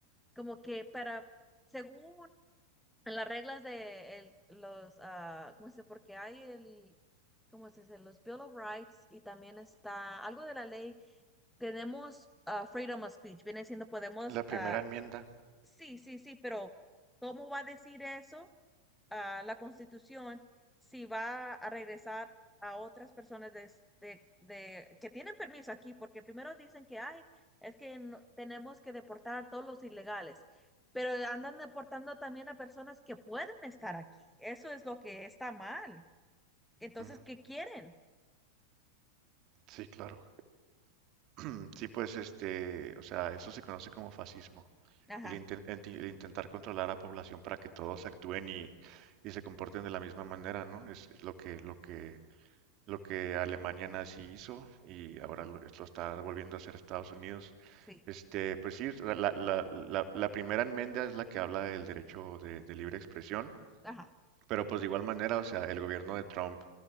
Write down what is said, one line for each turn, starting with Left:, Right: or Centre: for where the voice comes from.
Centre: como que para según en las reglas de el- los, ah, ¿cómo se dice? Porque hay el, ¿cómo se dice? Los Bill of Rights y también está algo de la ley. Tenemos ah, freedom of speech. Viene siendo, podemos,
Right: La primera
Centre: ah,
Right: enmienda.
Centre: sí, sí, sí, pero ¿cómo va a decir eso? ah, la Constitución si va a regresar a otras personas de de, de- que tienen permiso aquí, porque primero dicen que ay es que no- tenemos que deportar a todos los ilegales, pero andan deportando también a personas que pueden estar aquí. Eso es lo que está mal. Entonces,
Right: Ujú.
Centre: ¿qué quieren?
Right: Sí, claro. <clears throat> Sí, pues este, o sea, eso se conoce como fascismo.
Centre: Ajá,
Right: El, inten- enti- el intentar controlar a la población para que todos actúen y, y se comporten de la misma manera, ¿no? Es, es lo que, lo que, lo que Alemania nazi hizo y ahora lo, es- lo está volviendo a hacer Estados Unidos.
Centre: sí,
Right: Este, pues sí, la, la, la, la- la primera enmienda es la que habla del derecho de de libre expresión.
Centre: ajá,
Right: Pero pues de igual manera, o sea, el gobierno de Trump,